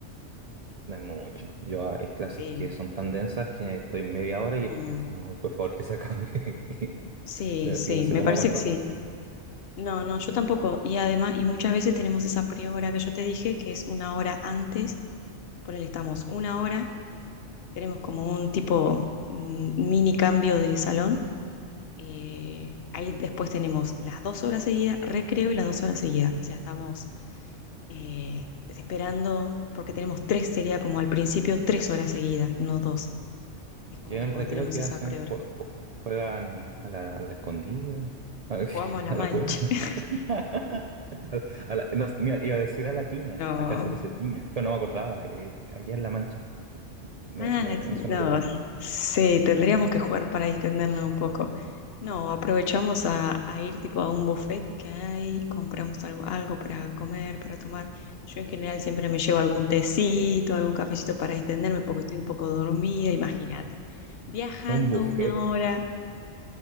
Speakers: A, on the right; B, on the left.
A: no es mucho. Yo ah, hay clases
B: Sí.
A: que son tan densas que estoy media hora y
B: Mm,
A: estoy como, "Ay, por favor, que se acabe. <laughs>
B: sí, sí,
A: Así que no sé
B: me
A: cómo
B: parece
A: aguantas
B: que sí.
A: dos horas.
B: No, no, yo tampoco. Y además, y muchas veces tenemos esa prehora que yo te dije, que es una hora antes, por él estamos una hora, tenemos como un tipo mm, mini cambio de salón Eh, ahí después tenemos las dos horas seguidas, recreo y las dos horas seguidas. O sea, estamos eh, esperando, porque tenemos tres, sería como al principio tres horas seguidas, no dos. Es como
A: Y en
B: que
A: el
B: cuando
A: recreo
B: tenemos
A: qué
B: esa
A: hacen,
B: prehora.
A: Jue- jue- juegan a la, a la escondida, <laughs> a
B: Jugamos a la mancha.
A: la cuerda.
B: <laughs>
A: <laughs> A la- no, mira, iba a decir a la tiña,
B: No,
A: acá se dice tiña, pero no me acordaba, eh, allá en La Mancha. Me,
B: Ah,
A: me-
B: la tenis.
A: me suena
B: No,
A: que lo...
B: sí, tendríamos que jugar para distendernos un poco. No, aprovechamos a, a ir tipo a un buffet que hay, compramos algo, algo para comer, para tomar. Yo en general siempre me llevo algún tecito, algún cafecito para distenderme porque estoy un poco dormida, imagínate. Viajando
A: A un buffet
B: una hora.